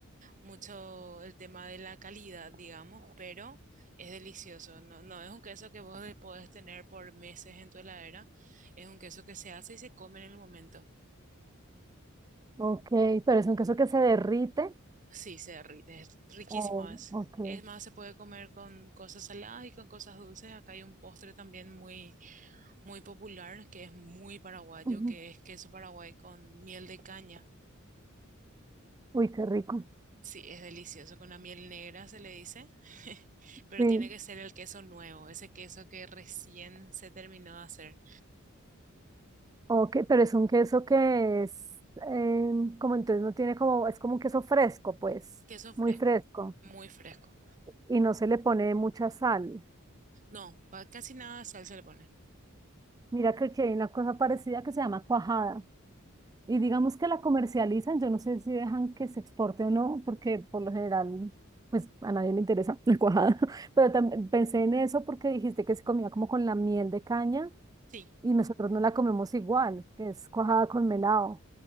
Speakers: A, on the right; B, on the right.
A: mucho el tema de la calidad, digamos, pero es delicioso. No, no es un queso que vos de- podés tener por meses en tu heladera, es un queso que se hace y se come en el momento.
B: ok, pero es un queso que se derrite.
A: Sí, se derrite, es riquísimo.
B: Oh,
A: Es,
B: ok.
A: es más, se puede comer con cosas saladas y con cosas dulces. Acá hay un postre también muy, muy popular que es muy paraguayo,
B: Ujú.
A: que es queso paraguay con miel de caña.
B: Uy, qué rico.
A: Sí, es delicioso. Con la miel negra se le dice, <laughs> pero
B: Sí,
A: tiene que ser el queso nuevo, ese queso que recién se terminó de hacer.
B: ok, pero es un queso que es eh, como entonces no tiene como, es como un queso fresco, pues,
A: Queso fresco,
B: muy fresco.
A: muy fresco.
B: Y no se le pone mucha sal.
A: No, pa- casi nada de sal se le pone.
B: Mira que aquí hay una cosa parecida que se llama cuajada. Y digamos que la comercializan, yo no sé si dejan que se exporte o no, porque por lo general, pues a nadie le interesa la cuajada. <laughs> Pero también pensé en eso porque dijiste que se comía como con la miel de caña
A: Sí.
B: y nosotros no la comemos igual, que es cuajada con melado.